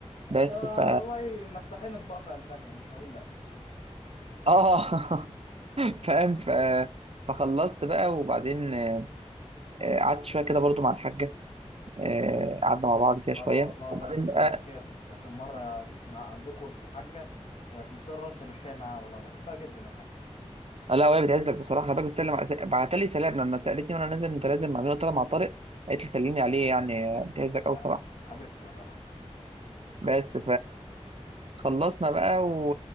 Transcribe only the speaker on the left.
انت
والله مسحين اطباق في المانيا مش هقول لا
اه
والله
الله يمسيها
بالخير اخر مره جيت مع عندكم في الحاجه كانت مصره اشرب الشاي معاها والله بحبها جدا الحاجه
آه
حبيبتي والله الحاجه